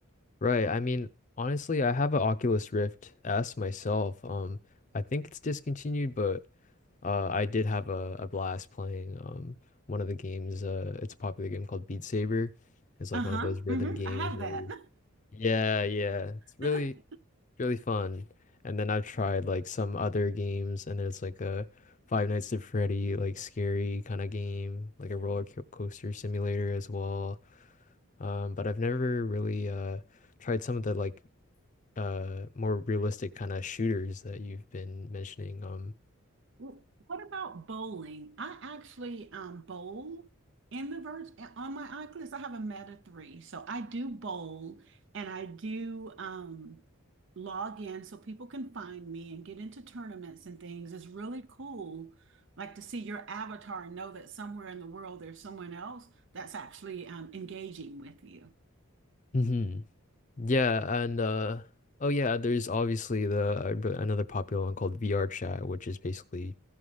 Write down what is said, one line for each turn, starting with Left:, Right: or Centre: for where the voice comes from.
Left: Right. I mean, honestly, I have an Oculus Rift S myself. Um, I think it's discontinued, but uh, I did have a, a blast playing um one of the games. Uh, it's a popular game called Beat Saber. It's like
Right: Uh-huh.
Left: one of those rhythm
Right: hmm
Left: games
Right: I have
Left: where
Right: that.
Left: you, yeah, yeah, it's really
Right: <laughs>
Left: really fun. And then I've tried like some other games, and there's like a Five Nights at Freddy like scary kind of game, like a roller co- coaster simulator as well. Um, but I've never really uh tried some of the like uh more realistic kind of shooters that you've been mentioning. Um,
Right: Well, What about bowling? I actually um, bowl in the verge on my Oculus. I have a meta three, so I do bowl and I do um, log in so people can find me and get into tournaments and things. It's really cool, like to see your avatar and know that somewhere in the world there's someone else that's actually um, engaging with you.
Left: hmm Yeah, and uh oh yeah, there's obviously the uh, b- another popular one called VR chat, which is basically